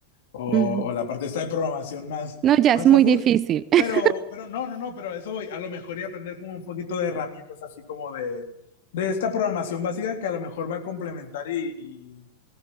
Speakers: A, on the left; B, on the right.
A: o,
B: ujú.
A: o la parte esta de programación más,
B: No, ya es
A: más
B: muy
A: a full,
B: difícil. <laughs>
A: pero, pero no, no, no, pero a eso voy, a lo mejor y aprender como un poquito de herramientas así como de, de esta programación básica que a lo mejor va a complementar y, y